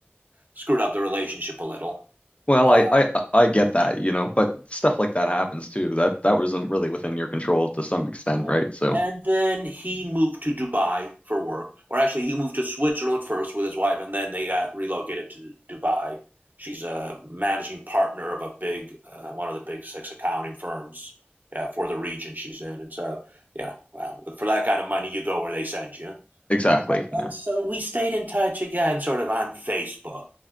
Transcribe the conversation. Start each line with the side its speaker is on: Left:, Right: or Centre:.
Right: screwed up the relationship a little.
Left: Well,
Right: Uh,
Left: I, I I get that, you know, but stuff like that happens too. That that wasn't really within your control to some extent,
Right: Right.
Left: right? So
Right: And then he moved to Dubai for work, or actually, he moved to Switzerland first with his wife, and then they got relocated to Dubai. She's a managing partner of a big, uh, one of the big six accounting firms uh, for the region she's in. And so, yeah, well, for that kind of money, you go where they send you.
Left: exactly.
Right: And
Left: Yeah,
Right: so we stayed in touch again, sort of on Facebook,